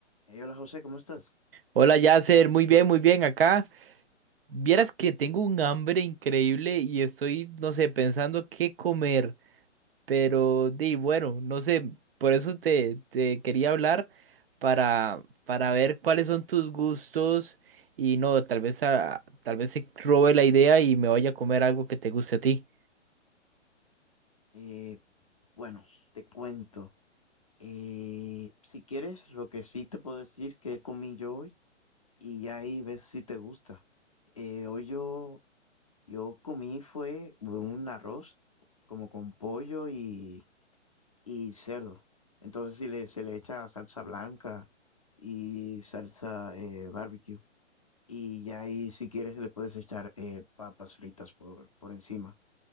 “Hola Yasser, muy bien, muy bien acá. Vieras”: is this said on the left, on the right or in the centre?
Right